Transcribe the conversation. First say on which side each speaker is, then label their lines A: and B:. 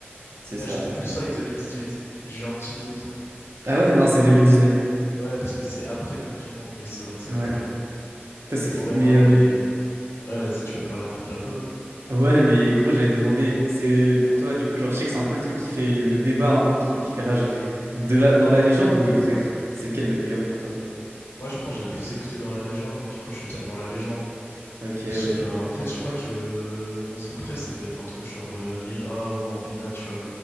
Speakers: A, on the right; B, on the left.
A: c'est ça.
B: Ouais, j'étais plus sûr que 2018. J'ai un petit doute.
A: Ah ouais,
B: Non,
A: non, c'est
B: mais
A: 2019.
B: ouais. Ouais, parce que c'est après Coupe du Monde. Oui, c'est vrai, c'est
A: Ouais,
B: l'après Coupe du
A: Putain, c'est... f-
B: Monde. Ouais,
A: Mais,
B: non,
A: euh,
B: mais... Ouais, vas-y, tu veux parler un peu de l'album?
A: ouais, mais gros, j'allais te demander, c'est pour toi, du coup, genre, je sais que c'est un peu le truc qui fait le débat, un peu qui, qui fait rage. De la... Dans la légende ou Deux frères? C'est lequel le meilleur pour toi?
B: Moi, je pense que j'ai plus écouté dans la légende, hein. Du coup, je vais dire dans la légende.
A: Ok, ouais,
B: Je sais pas.
A: je vois.
B: En fait, je crois que mon son préf, ça doit être un truc genre euh, Mira ou Bambina, tu vois.